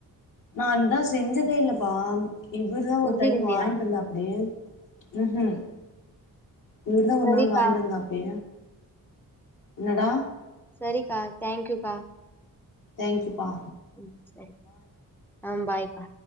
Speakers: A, on the left; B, in the centre.
A: நான்ந்தான் செஞ்சதே இல்லப்பா இவர்தா
B: செஞ்சது
A: ஒரு டைம்
B: இல்லையா
A: வாங்கிட்டு வந்தாபிடி ம் ஹும் இவர்தா ஒரு
B: சரிக்கா
A: நாள் வாங்கிட்வந்தாப்டி என்னடா
B: செரிக்கா தேங்க்யூ கா
A: தேங்க் யூ பா
B: ம் செரி ஆ பாய்க்கா